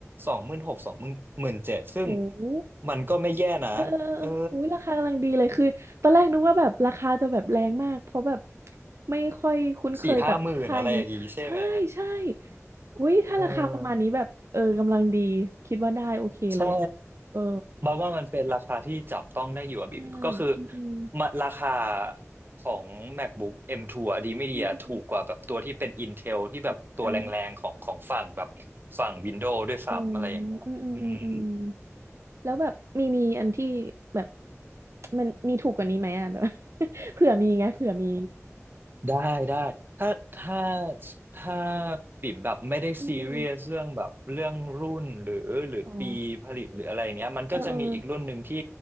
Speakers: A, on the right; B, on the right.
A: สองหมื่นหกสองหมื่นห่เจ็ดซึ่ง
B: โอ้โฮ
A: มันก็ไม่แย่นะเออ
B: เออๆๆอเอออุ๊ยราคากำลังดีเลยคือตอนแรกนึกว่าแบบราคาจะแบบแรงมากเพราะแบบไม่ค่อยคุ้นเคยกับค่ายนี้ใช
A: สี่ห้าหมื่นอะไรอย่างงี้ใช่ไหม
B: ่ๆอุ๊ยถ้าราคาประมาณนี้แบบเออกำลังดีคิดว่าได้โอเคเลยอะ
A: เออใช่
B: เออ
A: บัดว่ามันเป็นราคาที่จับต้องได้อยู่อะบิ่มก็คือ
B: ใช่อืมๆ
A: มาราคาของ MacBook M2 อมทูอะดีไม่ดีอะถูกกว่าแบบตัวที่เป็น
B: อืม
A: Intel ที่แบบตัวแรงๆของของฝั่งแบบ
B: ๆอา
A: ฝั่ง Windows ด้วยซ้ำอะไรอย่างเงี้ยอืม
B: อ๋ออืมๆๆๆแล้วแบบมีมีอันที่แบบมันมีถูกกว่านี้ไหมอะแบบ <laughs> เผื่อมีไงเผื่อมี
A: ได้ได้ถ้าถ้าถ้าปิ่มแบบไม่ได้ซีเรียสเรื่องแบบเรื่องรุ่นหรือหรือปีผลิตหรืออะไรอย่างเงี้ยมันก็จะมีอีกรุ่นหนึ่งที่
B: อืออืออ๋อเออๆ